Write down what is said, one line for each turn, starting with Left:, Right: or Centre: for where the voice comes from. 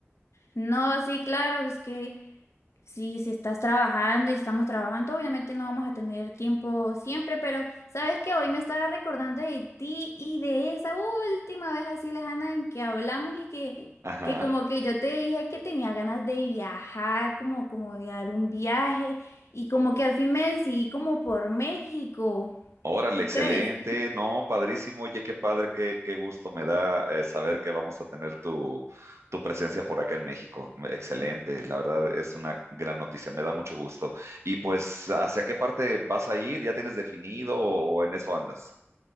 Left: No, sí, claro, es que si, si estás trabajando y estamos trabajando, obviamente no vamos a tener tiempo siempre, pero sabes que hoy me estaba recordando de ti y de esa última vez así lejana en que hablamos y que,
Right: Ajá.
Left: que como que yo te dije que tenía ganas de viajar, como, como de dar un viaje y como que al fin me decidí como por México,
Right: Órale,
Left: ¿tú
Right: excelente,
Left: crees?
Right: no, padrísimo, oye, qué padre, qué, qué gusto me da eh, saber que vamos a tener tu, tu presencia por acá en México. Excelente, la verdad es una gran noticia, me da mucho gusto. Y pues, ¿hacia qué parte vas a ir? ¿Ya tienes definido o en eso andas?